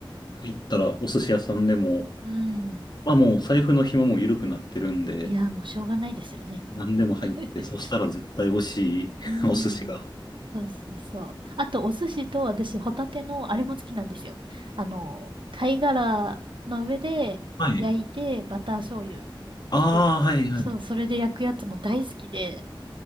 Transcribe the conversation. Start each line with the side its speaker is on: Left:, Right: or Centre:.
Left: 入ったらお寿司屋さんでも、
Right: うん。
Left: まあもう財布の紐も緩くなってるんで、
Right: いやー、もうしょうがないですよね。
Left: 何でも入って、
Right: <laughs>
Left: そしたら絶対美味しい
Right: うん。
Left: <laughs> お寿司が。
Right: そうそうそう。あと、お寿司と私、ホタテの、あれも好きなんですよ。あの、貝殻の上で焼いて、
Left: はい。
Right: バター醤油つけ、
Left: ああ、はいはい。
Right: そう、それで焼くやつも大好きで、